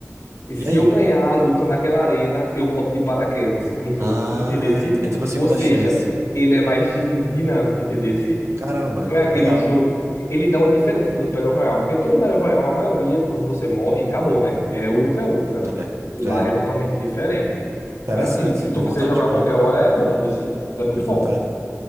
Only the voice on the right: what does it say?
E aí?
Ah,
ent- é tipo a segunda
chance.
Caramba,
legal.
É,
já era.
Interessante.
Deu
vontade
de jogar.
Deu vontade.